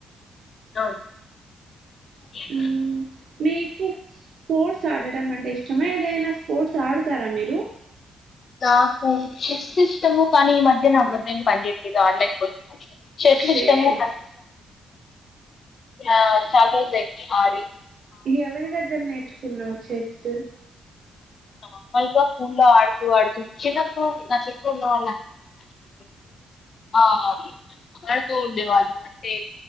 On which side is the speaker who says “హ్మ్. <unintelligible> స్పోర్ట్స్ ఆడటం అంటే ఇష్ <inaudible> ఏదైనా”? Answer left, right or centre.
Right